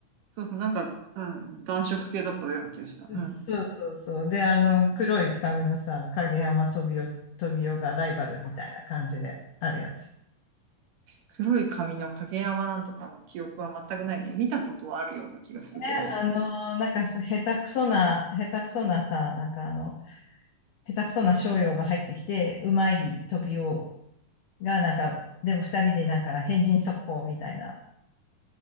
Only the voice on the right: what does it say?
そうそう。なんか、うん。暖色系だったような気がした。うん。
黒い髪の影山なんとかの記憶は全くないね。見たことはあるような気がするけど。